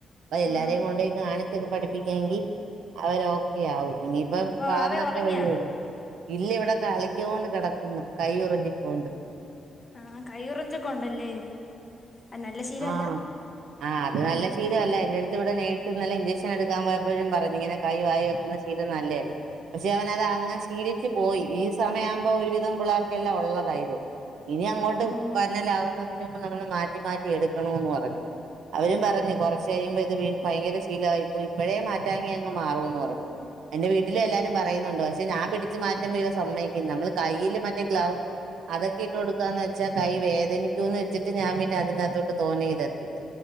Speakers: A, on the right; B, on the left.
A: അപ്പ എല്ലാരെയും
B: ആഹ്
A: കൊണ്ടുപോയി കാണിച്ചൊക്കെ പഠിപ്പിക്കാെങ്കിൽ അവര ഓക്കെയാവും ഇനി അപ്പം
B: അപ്പൊ
A: വളർന്നൊക്കെ
B: വാവേ ഉറങ്ങിയാ
A: വരുവല്ലോ ഇല്ലെ ഇവിടെ കളിക്കൊണ്ട് കിടക്കുന്നു കൈയൂറമ്പിക്കൊണ്ട്
B: ആഹ് കൈയുറഞ്ചൊക്കെ ഉണ്ടല്ലേ അത് നല്ല ശീലല്ല
A: ആഹ് ആഹ് അത് നല്ല ശീലല്ല എന്റെ അടുത്ത് ഇവിടെ നേഴ്സ് നല്ല ഇഞ്ചെക്ഷൻ എടുക്കാൻ പോയപ്പോഴും പറഞ്ഞു ഇങ്ങനെ കൈ വായി വെക്കുന്ന ശീലം നല്ലതല്ല പക്ഷെ അവനത് അങ്ങെ ശീലി ച്ച് പോയി ഈ സമയമാവുമ്പോ ഒരു വിധം പിള്ളേർക്കെല്ലാം ഉള്ളത ഇത് ഇനി അങ്ങോട്ട്
B: ഉം
A: പറഞ്ഞലാവുന്നതിന് മുമ്പ് നമ്മൾ മാറ്റി മാറ്റി എടുക്കണന്ന് പറഞ്ഞ് അവരും പറഞ്ഞു കുറച്ച കഴിയുമ്പോ ഇത് ഭയങ്കര ശീലമായിപ്പോയി ഇപ്പഴേ മാറ്റാങ്ങി അങ്ങ് മാറൂന്ന് പറഞ്ഞു എന്റെ വീട്ടില എല്ലാരും പറയുന്നുണ്ട് പക്ഷെ ഞാൻ പിടിച്ച് മാറ്റുമ്പോ ഇവൻ സമ്മക്കുന്നു നമ്മൾ കയ്യിയില് മറ്റേ ഗ്ലൗസ് അതൊക്കെ ഇട്ട് കൊടുക്കാന്ന് വെച്ചാൽ കൈ വേദനിക്കൂന്ന് വച്ചിട്ട്ഞാൻ പിന്നെ അതിനകത്തോട്ട് തോനെടത്തില്ല